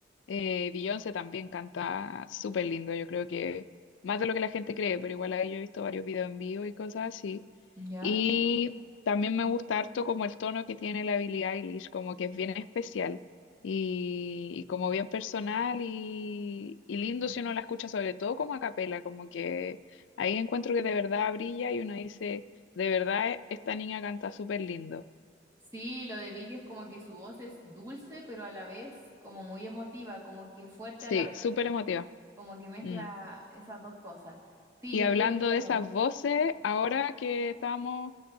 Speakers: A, on the left (about 80°); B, on the right (about 15°).
A: Eh, Beyoncé también canta súper lindo. Yo creo que más de lo que la gente cree, pero igual ahí yo he visto varios videos en vivo y cosas así.
B: ¿Ya?
A: Y también me gusta harto como el tono que tiene la Billie Eilish, como que es bien especial y, y como bien personal y, y lindo si uno la escucha, sobre todo como a capela, como que ahí encuentro que de verdad brilla y uno dice, de verdad esta niña canta súper lindo.
B: Sí, lo de Viri es como que su voz es dulce, pero a la vez como muy emotiva, como que fuerte
A: Sí,
B: a la vez,
A: súper emotiva.
B: como que mezcla
A: Mm.
B: esas dos cosas. Sí,
A: Y
B: yo
A: hablando
B: estoy de acuerdo.
A: de esas voces, ahora que estábamos